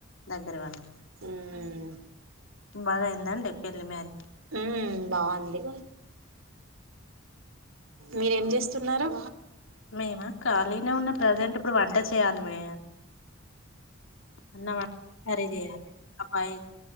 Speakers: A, on the left (about 75°); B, on the right (about 85°).
A: దగ్గర వాళ్ళు
B: హ్మ్
A: బాగా అయిందండి ఎల్ మన్
B: హ్మ్ బాగుంది మీరేం చేస్తున్నారు
A: మేమా ఖాళీనే ఉన్న ప్రజెంట్ ఇప్పుడు వంట చేయాలి మే అన్న వంట కర్రీ చేయాలి అబ్బాయి